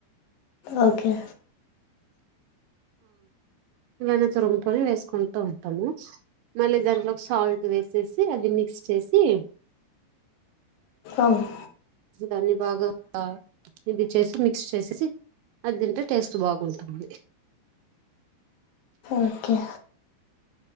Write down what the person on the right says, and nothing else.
ఇవన్న తురుంగకొని వేసుకుంటూ ఉంటాము మళ్ళీ దాంట్లో ఒక సాల్ట్ వేసేసి అది మిక్స్ చేసి
దాన్ని బాగా ఇది చేసి మిక్స్ చేసేసి అది తింటే టేస్ట్ బాగుంటుంది